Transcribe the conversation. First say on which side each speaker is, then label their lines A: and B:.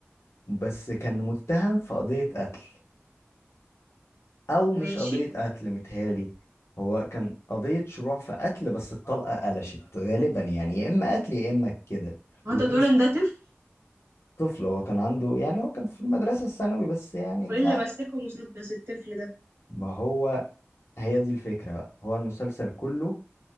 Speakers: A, on the left; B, on the right.
A: بس كان متهم في قضية قتل او مش
B: ماشي
A: قضية قتل متهيألي هو كان قضية شروع في قتل بس الطلقة قلشت غالبا يعني يا اما قتل يا اما كده
B: هو
A: ودي
B: انت بتقول
A: مش
B: ان ده طفل
A: طفل هو كان عنده يعني هو كان في المدرسة الثانوي بس يعني انت
B: وايه اللي
A: عارف
B: ماسكه مسدس الطفل ده
A: ما هو هي دي الفكرة بقى هو المسلسل كله